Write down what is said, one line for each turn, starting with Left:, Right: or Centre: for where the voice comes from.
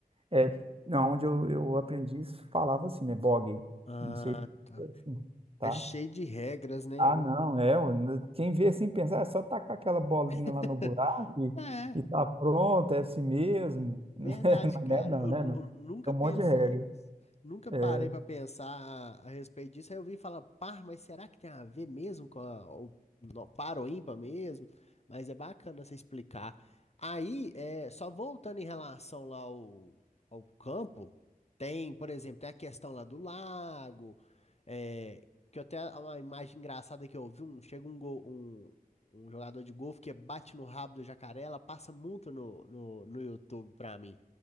Right: é, não, onde eu, eu aprendi, isso falava assim, né? Bogey.
Left: Ah,
Right: Não sei
Left: tá.
Right: se é assim, tá?
Left: É cheio de regras, né?
Right: Ah, não, é. ó, n- Quem vê assim pensar, é só tacar aquela bolinha
Left: <laughs>
Right: lá no buraco e,
Left: É.
Right: e tá pronto, é assim mesmo. <laughs>
Left: Verdade,
Right: Mas
Left: cara.
Right: Não é não,
Left: Eu,
Right: né?
Left: nu-
Right: Não.
Left: eu
Right: Tem
Left: nunca pensei
Right: um monte de regra.
Left: isso. Nunca
Right: É.
Left: parei pra pensar a, a respeito disso. Aí eu vim falar, par, mas será que tem a ver mesmo com a, o, no, par ou ímpar mesmo? Mas é bacana você explicar. Aí, é, só voltando em relação lá ao, ao campo, tem, por exemplo, tem a questão lá do lago, é, que eu até uma imagem engraçada que eu vi, um, chega um, go- um, um jogador de golfe que bate no rabo do jacaré, ela passa muito no, no, no YouTube pra mim.